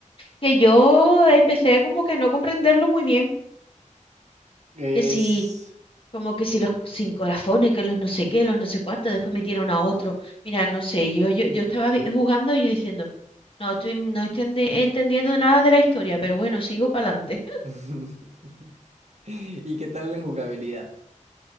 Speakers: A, on the left (about 40°); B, on the right (about 55°).
A: que yo empecé como que a no comprenderlo muy bien,
B: Es...
A: que si, como que si los sin corazones, que los no sé qué, los no sé cuántos, después metieron a otro, mira, no sé, yo, yo, yo estaba vi- jugando y diciendo, no estoy, no estoy entendiendo nada de la historia, pero bueno, sigo para adelante.
B: <laughs> ¿Y qué tal en jugabilidad?